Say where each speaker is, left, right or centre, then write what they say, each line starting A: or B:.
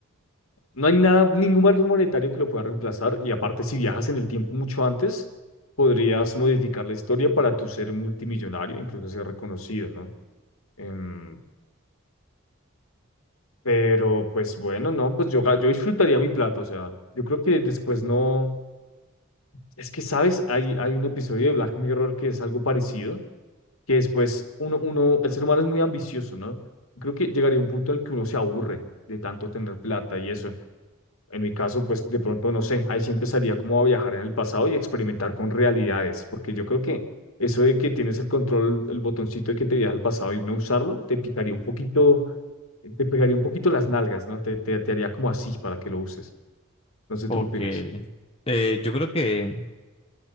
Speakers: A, on the left; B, on the left.
A: No hay nada, ningún valor monetario que lo pueda reemplazar. Y aparte, si viajas en el tiempo mucho antes, podrías modificar la historia para tu ser multimillonario, incluso ser reconocido, ¿no? Em, pero pues bueno, no, pues yo, ga- yo disfrutaría mi plata, o sea, yo creo que después no, es que sabes, hay, hay un episodio de Black Mirror que es algo parecido, que después uno, uno, el ser humano es muy ambicioso, ¿no? Creo que llegaría un punto en el que uno se aburre de tanto tener plata y eso. En mi caso, pues de pronto, no sé, ahí sí empezaría como a viajar en el pasado y experimentar con realidades, porque yo creo que eso de que tienes el control, el botoncito de que te viaja al pasado y no usarlo, te picaría un poquito, te pegaría un poquito las nalgas, ¿no? Te, te, te haría como así para que lo uses. Entonces,
B: Ok.
A: ¿tú qué opinas?
B: Eh, yo creo que,